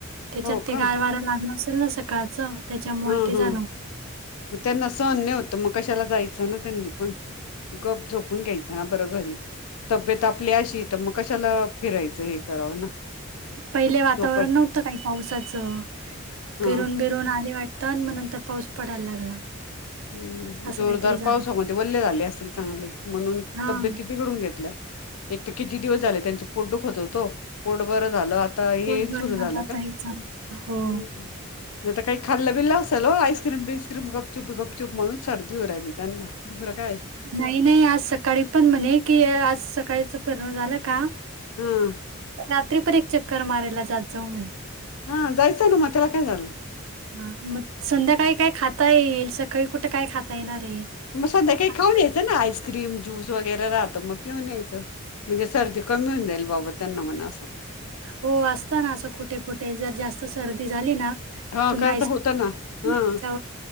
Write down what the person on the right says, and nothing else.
त्याच्यात
ते
गार वारं लागलं असेल ना सकाळचं. त्याच्यामुळे
ते
झालं.
पहिले वातावरण
नव्हतं काय पावसाचं
फिरून बिरून आले वाटतं. तर मग नंतर पाऊस पडायला लागला.
असं
काहीतरी झालं.
हां.
दिवसभर
माझं
आता
हे चालू हो.
नाही नाही आज सकाळी पण म्हणे की आज सकाळचा फिरणं झालं का.
रात्री पण एक चक्कर मारायला जात जाऊ म्हणे.
हा मग संध्याकाळी काय खाता येईल सकाळी कुठे काय खाता येणार. आहे?
आपलं
हो असत ना असं कुठे कुठे जर जास्त सर्दी झाली ना
तुम्ही
आईक
<unintelligible>